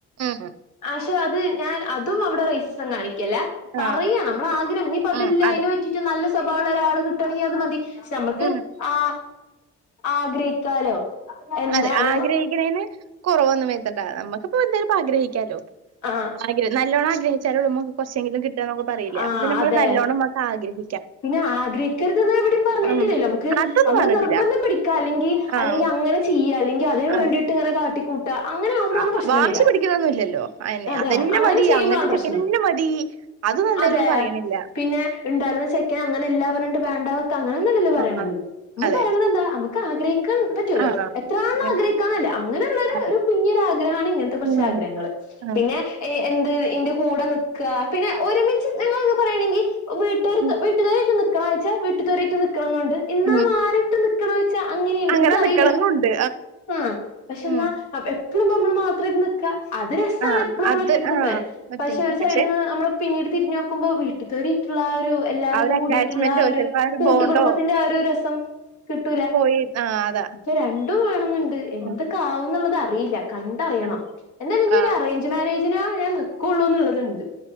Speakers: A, on the right; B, on the left.
A: ഉം
B: പക്ഷെ അത് ഞാൻ അതും അവിടെ റേസസും കാണിക്കും പറയയാ
A: ആ
B: നമ്മൾ ആഗ്രഹം ഇനി പതില്ല
A: ഉം അതെ
B: അതിനെ പറ്റിട്ട് നല്ല സ്വഭാവുള്ളള്ള ഒരാൾ കിട്ടണെങ്ക അത് മതി നമുക്ക്
A: ഉം
B: ആ ആഗ്രഹിക്കാലോ എന്താണ്
A: അതെ ആഗ്രഹിക്കുന്നേന് കുറവൊന്നും വര്ത്തണ്ട നമ്മുക്കിപ്പോ എന്തായാലുംപ്പ ആഗ്രഹിക്കാലോ
B: ആ
A: ആഗ്രഹം നല്ലോണം ആഗ്രഹിച്ചാലൊള്ളൂ നമുക്ക് കുറച്ചെങ്കിലുകിട്ടുള്ളു പറയില്ലേ
B: ആഹ്
A: അപ്പോ പിന്നെ നമ്മള്
B: അതെ
A: നല്ലോണം വന്ന് ആഗ്രഹിക്കും
B: പിന്നെ ആഗ്രഹിക്കരുതെന്ന് എവിടിയും പറഞ്ഞിട്ടില്ലല്ലോ
A: ഉം
B: നമുക്ക്
A: അതൊന്നും
B: നമ്മള്
A: പറഞ്ഞിട്ടില്ല
B: നിർബന്ധം പിടിക്കാം അല്ലെങ്കിൽ
A: ആഹ്
B: അല്ലെങ്കിൽ അങ്ങനെ ചെയ്യാ അല്ലെങ്കിൽ അതിന്
A: ആഹ്
B: വേണ്ടീട്ട് ഇങ്ങനെ കാട്ടികൂട്ട് അങ്ങനെ ആവുമ്പോഴാണ്
A: ആഹ്
B: പ്രശ്നം
A: വാശി
B: വരിക
A: പിടിക്കണൊന്നും ഇല്ലല്ലോ അയന്നെ
B: അതെ
A: അതന്നെ അതെന്നെ
B: അങ്ങനെ
A: മതി
B: ചെയ്യുമ്പോഴാണ്
A: അങ്ങനത്തെ
B: പ്രശ്നം
A: ചെക്കനന്നെ മതി അതൊന്നും എന്തായാലും
B: അതെ
A: ഇപ്പ പറയണില്ല
B: പിന്നെ ഉണ്ടായിരുന്ന ചെക്കന് അങ്ങനെ എല്ലാം പറഞ്ഞോണ്ട് വേണ്ട അങ്ങനൊന്നുവല്ലല്ലോ പറയണത്
A: ആഹ്
B: നമ്മൾ
A: അതെ
B: പറയണത് എന്താ നമുക്ക് ആഗ്രഹിക്കാൻ പറ്റുല്ലോ
A: ആഹ്
B: എത്രാൾ
A: അങ്ങനെ
B: ആഗ്രഹിക്കാന്നല്ലേ അങ്ങനെയുള്ളോര്
A: അതെ
B: കുഞ്ഞൊരാ ഗ്രഹാണ് ഇങ്ങനത്തെ കുറച്ച്
A: ഉം
B: ആഗ്രഹങ്ങൾ
A: ആഹ്
B: പിന്നെ എ യെൻ എന്റെ കൂടെ നിക്കുക പിന്നെ ഒരുമിച്ച് ഞങ്ങള് പറയാണെങ്കിൽ വിട്ടുകാര്
A: ഉം
B: വീട്ടുകാര് വാഴ്ച വീട്ട് തോട്ട് നിൽക്കണമെന്നുണ്ട് എന്നാ
A: ഉം.
B: മാറിയിട്ട് നിക്കണ ച്ച അങ്ങനെയുണ്ട്
A: അങ്ങനെ
B: എനിക്കറിയില്ല
A: നിക്കണന്നുണ്ട്
B: ആഹ് പക്ഷെ എന്നാ
A: ഉം
B: <unintelligible> നമ്മൾ മാത്രേം ഇങ്ങനെ നിക്കുക അത് രസാണ്
A: ആഹ്
B: ഇപ്പോളും നമ്മൾ
A: അത്
B: ഒറ്റയ്ക്ക് നിക്കണെ
A: ആഹ് ഒറ്റയ്ക്ക്
B: പക്ഷെ ഒരു സൈഡിന്ന്
A: പക്ഷെ
B: നമ്മള് പിന്നീട് തിരിഞ്ഞു നോക്കുമ്പോ വി ഇതുവരെയിട്ടുള്ള ആ ഒരു എല്ലാരും
A: ആ ഒരു
B: കൂടിട്ടുള്ള
A: അറ്റാച്ച്മെന്റോ
B: ആ ഒരു
A: ചെലപ്പോ
B: കൂട്ടുകുടുംബത്തിന്റെ
A: ബോണ്ടോ
B: ആ ഒരു രസം കിട്ടൂല
A: പോയി ആ അതാ.
B: ഇച്ച് രണ്ടും വേണംന്നുണ്ട് എന്തൊക്കെ
A: ഉം
B: ആവുംന്നുള്ളതാ അറിയില്ല കണ്ടറിയണം
A: ഉം.
B: എന്തായാലും ഇനിഒരു
A: ആ
B: അറേഞ്ച് മാരേജിനേ ഞാൻ നിക്കുള്ളൂ എന്നത്ണ്ട്